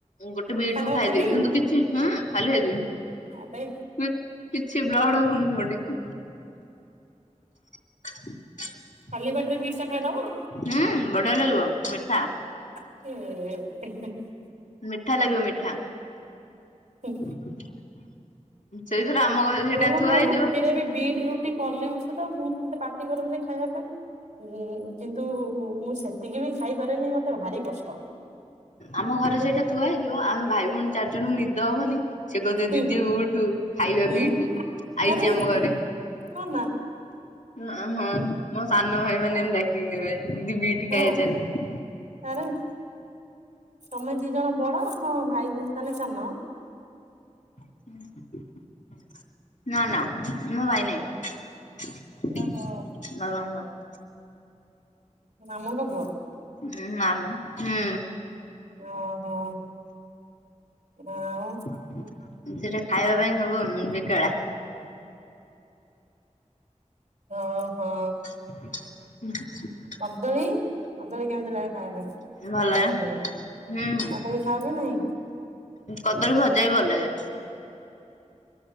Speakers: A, on the left; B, on the right.
A: ଗୋଟେ ବିଟ୍
B: ଖାଇଦବ
A: ମୁଁ ଖାଇଦେବି
B: ଖାଲି
A: କିନ୍ତୁ କିଛି ହୁଁ ଖାଲି ଖାଇ ଦେବି ହୁଁ
B: ଆରେ
A: କିଛି ବ୍ଲଡ଼ ହଉନି ବଡିକି <inaudible>
B: ଖାଲି ପାଟିରେ ବିଟ୍ ଟା ଖାଇଦବ?
A: ହୁଁ ବଢ଼ିଆ ଲାଗିବ ମିଠା
B: <unintelligible>
A: ମିଠା ଲାଗିବ ମିଠା
B: ହୁଁ।
A: <inaudible> ସେଇଥିରେ ଆମ ଘରେ ସେଇଟା
B: ମାନେ
A: ଥୁଆ
B: ମୁଁ
A: ହେଇଥିବ।
B: ରୁଟିରେ ବି ବିଟ୍ ରୁଟି କଲେ ବି ସୁଧା ମୁଁ କେତେ ପାଟି କରନ୍ତି ଖାଇବା ପାଇଁ ହୁଁ କିନ୍ତୁ ମୁଁ ସେତିକି ବି ଖାଇପାରେନି ମତେ ଭାରି କଷ୍ଟ।
A: ଆମ ଘରେ ସେଇଟା ଥୁଆ ହେଇଥିବ ଆମ ଭାଇ ଭଉଣୀ ଚାରିଜଣଙ୍କୁ ନିଦ ହବନି ସେ କହୁଥିବ
B: ହୁଁ
A: ଦିଦି ଉଠୁ ଖାଇବା
B: ହୁଁ
A: ବିଟ୍ ଆଇଚି
B: ଆରେ
A: ଆମ ଘରେ
B: ହଁ ମା
A: ଅଁ ହଁ ମୋ ସାନ ଭାଇ ମାନେ ଏମ ଡାକିକି ନେବେ ଦିଦି ବିଟ୍
B: ହଁ
A: ଖାଇବା ଚାଲ
B: <unintelligible> ତମେ ଦି ଜଣ ବଡ଼ ଭାଇ ତାହାନେ ସାନ
A: ହୁଁ। ନା ନା ମୋ ଭାଇ ନାହିଁ ଦାଦା
B: ଓହୋ
A: ଙ୍କ ପୁଅ।
B: ମାମୁଁ ଙ୍କ ପୁଅ
A: ହୁଁ ମାମୁ ହୁଁ
B: ଓହୋ ଆଉ
A: ସେ ଟିକେ ଖାଇବା ପାଇଁ ସବୁ ବିକେଳା
B: ହଁ ହଁ।
A: <inaudible>
B: କଦଳୀ କଦଳୀ କେମିତି ଲାଗେ ଖାଇବା ପାଇଁ
A: ଭଲ
B: କଞ୍ଚା
A: ଲାଗେ।
B: କଦଳୀ
A: ହୁଁ
B: ତାକୁ ବି ଖାଅକି ନାଇ
A: କଦଳୀ ଭଜା ବି ଭଲ ଲାଗେ।